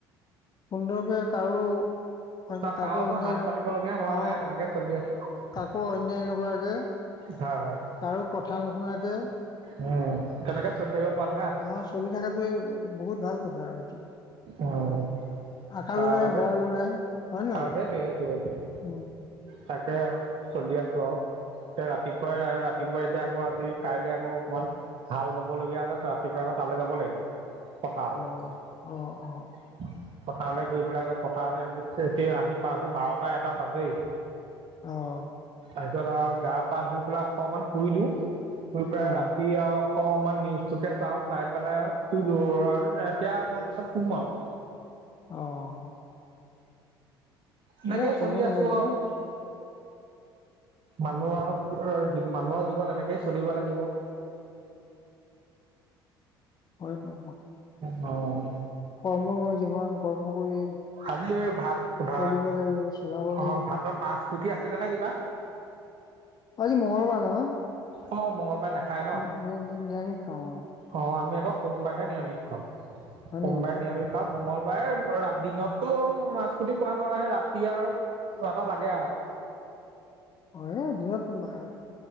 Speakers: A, on the left; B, on the right.
A: সুন্দৰকে কাৰো। অইন কাকো
B: কাৰো ওচৰত
A: অন্যায়
B: হাত
A: ন
B: পাতিব লগীয়া হোৱা
A: অ
B: নাই, তেনেকে চলি আছোঁ।
A: কাকো অন্যায় নকৰাকে।
B: হয় -।
A: কাৰো কথা নুশুনাকৈ।
B: উম্, তেনেকে। চলি থাকিব পৰাতহে আছে
A: অ', চলি থকাটোয়ে বহুত ভাল কথা আৰু।
B: উম
A: আকালো
B: তাৰ
A: নাই,
B: বাদে
A: ভঁৰালো নাই, হয় নহয়?
B: আৰু সেইটোৱে সেইটোৱে সেইটোৱে
A: উম।
B: তাকে, চলি আছোঁ আৰু। এতিয়া, ৰাতিপুৱাই- ৰাতিপুৱাই এতিয়া আকৌ আজি কাইলৈ আকৌ অকমান। হাল বাবলগীয়া আছে। ৰাতিপুৱা আকৌ তালৈ যাব লাগিব। পথাৰলৈ।
A: অ', অ', অ',
B: পথাৰলৈ গৈ পেলাই, পথাৰত এইবোৰ, এতিয়া আহি পাওঁতে, বাৰটা এটা বাজেই।
A: অ'।
B: তাৰ পিছত আৰু গা- পা ধুই পেলাই অকমান শুই দিওঁ। শুই পেলাই
A: অ',
B: ৰাতি আৰু- অকনমান নিউজটোকে চাওঁ। চাই পেলাই আৰু শুই দৌৰ আৰু এতিয়া অকমান পিছত শুম আৰু।
A: অ'। তেতিয়া
B: এনেকে
A: সময়
B: চলি আছোঁ
A: হ'ল দাদা
B: আৰু। মানুহৰ -মানুহৰ জীৱন এনেকেই চলিব লাগিব।
A: হয়তো আকৌ।
B: অ'।
A: কৰ্মময় জীৱন। কৰ্ম কৰি,
B: আজি ভাত, ভ,
A: চলিব লাগিব চলাব
B: অ',
A: লাগিব।
B: ভাতত মাছ পুঠি আছিলে নে কিবা?
A: আজি মংগলবাৰ নহয়
B: অ মঙ্গলবাৰে নাখায় ন
A: আৰু নি -নি নিৰামিষ খাওঁ আৰু।
B: অ', আমি আকৌ সোমবাৰেহে নিৰামিষ খাওঁ।
A: হয়
B: সোমবাৰে
A: নেকি?
B: নিৰামিষ। মংগলবাৰে, দিনতটো মাছপুঠি খোৱা নহয়। ৰাতি আৰু কিবা এটা লাগে আৰু।
A: অ', এই দিনত, এ